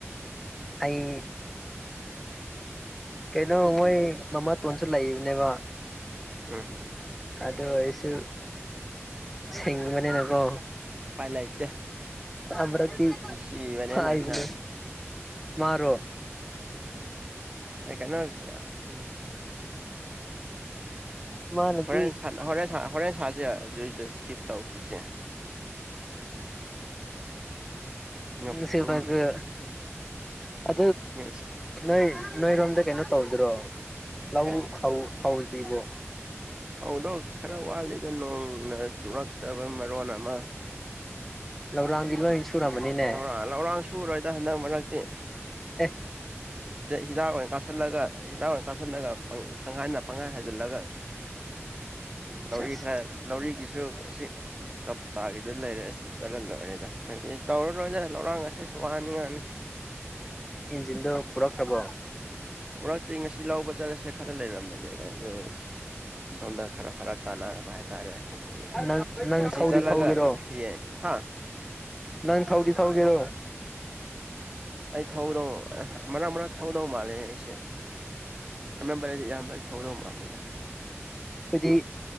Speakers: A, in the centre; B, on the right (about 20°).
A: ꯑꯩ ꯀꯩꯅꯣ ꯃꯣꯏ ꯃꯃꯥ ꯇꯣꯟꯁꯨ ꯂꯩꯕꯅꯦꯕ
B: ꯎꯝ ꯎꯝ
A: ꯑꯗꯨꯣ ꯑꯣꯏꯁꯨ ꯁꯦꯡ ꯃꯅꯤ ꯅꯀꯣ
B: ꯄꯥꯏ ꯂꯥꯏꯇ
A: ꯑꯃꯔꯛꯇꯤ
B: ꯁꯤꯕꯅꯦꯅ
A: ꯍꯥꯏꯕꯅꯦ
B: ꯍꯥ
A: ꯃꯥꯔꯣ
B: ꯑꯦ ꯀꯩꯅꯣ ꯎꯝ
A: ꯃꯥꯅꯗꯤ
B: ꯍꯣꯔꯦꯟ ꯁ ꯍꯣꯔꯦꯟ ꯁ ꯍꯣꯔꯦꯟ ꯁꯥꯁꯦ ꯑꯗꯨꯏꯗ ꯏꯁꯀꯤꯞ ꯇꯧꯈꯤꯁꯦ ꯉꯥꯄ꯭ꯔꯨꯝ
A: ꯁꯤꯃꯒ ꯑ
B: ꯉꯁꯤ
A: ꯅꯣꯏ ꯅꯣꯏꯣꯏ ꯔꯣꯝꯗ ꯀꯩꯅꯣ ꯇꯧꯗꯔꯣ ꯂ
B: ꯑꯦ
A: ꯍ ꯍ ꯄꯤꯗ
B: ꯑꯗꯣ ꯈꯔ ꯋꯥꯠꯂꯤꯗ ꯅꯣꯡꯅ ꯆꯨꯔꯛꯇꯕ ꯃꯔꯣꯟ ꯑꯃ
A: ꯂꯧꯔꯥꯡꯗꯤ ꯂꯣꯏ ꯁꯨꯔꯝꯃꯅꯤꯅꯦ?
B: ꯂꯧꯔꯥꯡ ꯂꯧꯔꯥꯡ ꯁꯨꯔꯣꯏꯗ ꯍꯟꯗꯛ ꯃꯔꯛꯇꯤ
A: ꯑ
B: ꯍꯤꯗꯥꯛ ꯑꯣꯏꯅ ꯀꯥꯞꯁꯤꯜꯂꯒ ꯍꯤꯗꯥꯛ ꯑꯣꯏꯅ ꯀꯥꯁꯤꯜꯂꯒꯪꯍꯥꯏꯅ ꯄꯪꯈꯥꯏ ꯍꯩꯖꯤꯜꯂꯒ ꯂꯧꯔꯤ
A: ꯁꯁ
B: ꯈꯔ ꯂꯧꯔꯤꯒꯤꯁꯨ ꯑꯁꯤ ꯀꯕꯨꯇꯥꯒꯤꯗꯨ ꯂꯩꯔꯦꯁ ꯆꯜꯍꯜꯂꯣꯏꯔꯦꯗ ꯑꯗꯤ ꯇꯧꯔꯔꯣꯏꯗꯦ ꯂꯧꯔꯥꯡ ꯑꯁꯤꯁꯨ ꯋꯥꯅꯤꯡꯉꯅꯤ
A: ꯏꯗ ꯄꯨꯔꯛꯈꯔ꯭ꯕꯣ?
B: ꯄꯨꯔꯛꯇ꯭ꯔꯤ ꯉꯁꯤ ꯂꯧꯕ ꯆꯠꯂꯁꯦ ꯈꯔ ꯂꯩꯔꯝꯃꯦꯅꯦ꯫ ꯑꯗꯨ ꯁꯣꯝꯗ ꯈꯔ ꯐꯔꯛ ꯇꯥꯟꯅꯔꯕ ꯍꯥꯏꯇꯥꯔꯦ ꯑꯗꯒꯤ
A: ꯅꯪ ꯅꯪ
B: ꯑꯁꯤ
A: ꯊꯧꯗꯤ
B: ꯆꯠꯂꯒ
A: ꯊꯧꯒꯦꯔꯣ
B: ꯍꯌꯦꯡ ꯍꯥ
A: ꯅꯪ ꯊꯧꯗꯤ - ꯊꯧꯗꯤ ꯔꯣ?
B: ꯑꯩ ꯊꯧꯗꯧ ꯃꯔꯛ - ꯃꯔꯛ ꯊꯧꯗꯧ ꯃꯥꯜꯂꯦ ꯑꯩꯁꯦ ꯫ <inaudible> ꯑꯦꯃꯝꯕꯗꯗꯤ ꯌꯥꯝꯕꯅ ꯊꯧꯗꯣ ꯃꯥꯜ ꯑꯅ
A: ꯑꯩꯗꯤ